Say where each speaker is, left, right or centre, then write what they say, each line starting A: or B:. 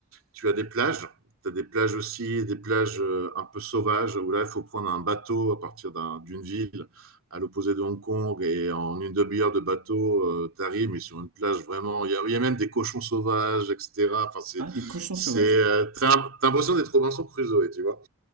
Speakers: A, on the right; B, on the right.
A: Tu as des plages, tu as des plages aussi, des plages euh, un peu sauvages où là, il faut prendre un bateau à partir d'un, d'une ville à l'opposé de Hong Kong et en une demi-heure de bateau, euh, tu mais sur une plage vraiment, il y, a, il y a même des cochons sauvages, etc. Enfin, c'est
B: Ah, des cochons
A: c'est,
B: sauvages.
A: euh, t'as t'as l'impression d'être Robinson Crusoe, tu vois.